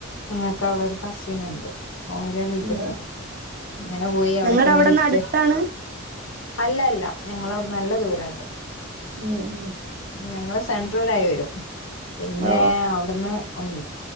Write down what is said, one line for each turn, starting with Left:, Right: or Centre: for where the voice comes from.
Left: ഞങ്ങക്കവിടൊരു കസിനെണ്ട് ഓരോ വീട്ടക്ക്
Right: ഉം
Left: ഇങ്ങനെ പോയി അവിടേക്കെഒന്ന്ചുറ്റി
Right: നിങ്ങടെ അവിടെന്ന് അടുത്താണ്
Left: അല്ലല്ല ഞങ്ങളവിടെന്ന് നല്ല ദൂരണ്ട്
Right: ഉം ഉം
Left: ഞങ്ങൾ സെൻട്രൽ ആയി വരും പിന്നെ
Right: ഓ
Left: അവിടുന്ന് എ ഉം